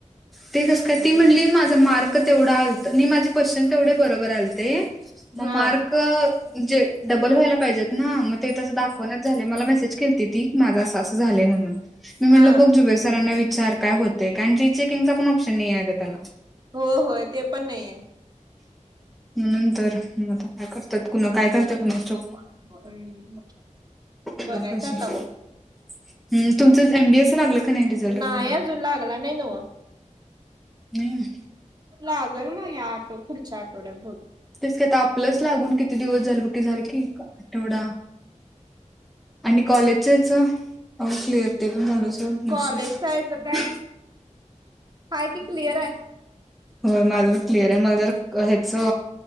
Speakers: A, in the centre; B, on the right.
A: ते कस काय ती म्हणली माझ मार्क तेवढ आलत, नी माझे क्वशन तेवढे बरोबर आलते मग
B: हा.
A: मार्के जे डबल व्हायला पाहिजेत ना मग ते तसं दाखवणाचं झालय मला मेसेज केलते ती माझं असं, असं झालय म्हणून. मी म्हणलं
B: हा
A: बग जुबेर सरांना वि सार काय होतय कांजीचीक किनचा पण ऑप्शन नही आहे गं त्याला.
B: हो होय ते पण नाहीय.
A: म्हणून तर आता काय करतात
B: हम्म
A: कुणा काय करतोय कुणास ठाऊक
B: हम्म
A: <unintelligible>
B: बघायचं आता मग
A: तुमचा एमबीएस लागल का नाही रिझल्ट
B: नाही
A: अजून मग
B: लागला नाही नव्ह
A: नाही अजून -
B: लागल म या आटो पुढच्या आटवड्यात ब
A: तेस तेत आपलंच लागून किती दिवस झालं बग ते झालं की आठवडा. आणि कॉलेजच्याच? ऑल क्लिअर ते पण झालं सोड
B: कॉलेज
A: नशीब.
B: जायचं काय हाय ती क्लिअर आहे.
A: होय माझं पण क्लिअर आहे. मला जरा ह्याच